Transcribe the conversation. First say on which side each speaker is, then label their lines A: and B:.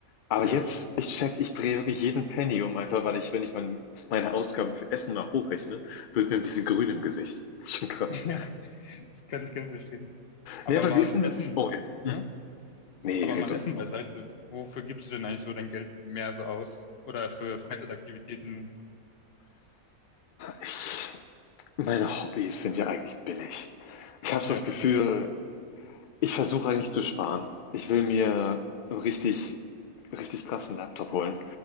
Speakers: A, on the left (about 80°); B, on the left (about 50°).
A: Aber
B: ja.
A: jetzt, ich check, ich drehe wirklich jeden Penny um, einfach weil ich, wenn ich mein, meine Ausgaben für Essen mal hochrechne, wird mir ein bisschen grün im Gesicht. <laughs> Schon krass.
B: <laughs> Ja, das kann ich ganz verstehen. Aber
A: Nee, aber
B: mal
A: wie ist denn
B: Essen,
A: das? Oh ja. Hm.
B: ja,
A: Nee,
B: aber
A: Redo.
B: mal Essen beiseite. Wofür gibst du denn eigentlich so dein Geld mehr so aus? Oder für Freizeitaktivitäten?
A: Ich, meine Hobbys sind ja eigentlich billig. Ich habe so
B: Ja.
A: das Gefühl, Ich versuche eigentlich zu sparen. Ich will mir 'n richtig richtig krassen Laptop holen,